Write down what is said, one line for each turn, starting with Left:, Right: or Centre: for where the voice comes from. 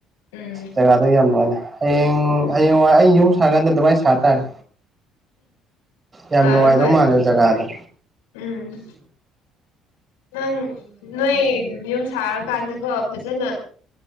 Left: ꯎꯝ
Right: ꯖꯒꯥꯗ ꯌꯥꯝ ꯅꯨꯡꯉꯥꯏꯅꯦ ꯍꯌꯦꯡ ꯍꯌꯦꯡꯋꯥꯏ ꯑꯩ ꯌꯨꯝ ꯁꯥꯀꯥꯟꯗ ꯑꯗꯨꯃꯥꯏꯅ ꯁꯥꯇꯥꯔꯦ꯫ ꯌꯥꯝ
Left: ꯁꯥꯔꯣ
Right: ꯅꯨꯡꯉꯥꯏꯗꯧ
Left: ꯍꯣꯏ
Right: ꯃꯥꯂꯦ ꯖꯒꯥꯗꯣ
Left: ꯎꯝ ꯅꯪ ꯅꯣꯏ ꯌꯨꯝ ꯁꯥꯔꯀꯥꯟꯗꯀꯣ ꯐꯖꯅ